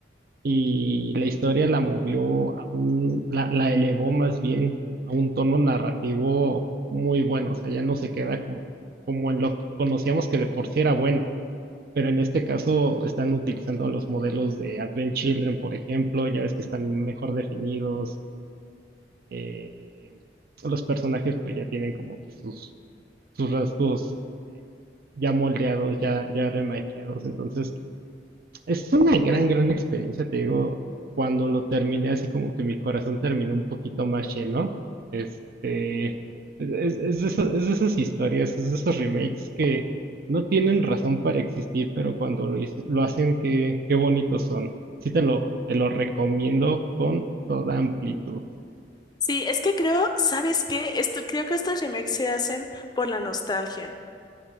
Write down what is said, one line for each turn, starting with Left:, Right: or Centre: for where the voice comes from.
Right: Y la historia la movió a un, la, la elevó más bien a un tono narrativo muy bueno. O sea, ya no se queda como, como en lo que conocíamos que de por sí era bueno. Pero en este caso están utilizando los modelos de Advent Children, por ejemplo, ya ves que están mejor definidos. eh, los personajes pues ya tienen como que sus, sus rasgos eh, ya moldeados, ya, ya remaqueados. Entonces, es una gran, gran experiencia, te digo, cuando lo terminé así como que mi corazón terminó un poquito más lleno. Este, es, es de esa- es de esas historias, es de esos remakes que no tienen razón para existir, pero cuando lo, hice- lo hacen, qué, qué bonitos son. Sí te lo, te lo recomiendo con toda amplitud.
Left: Sí, es que creo, ¿sabes qué? Esto, creo que estos remakes se hacen por la nostalgia.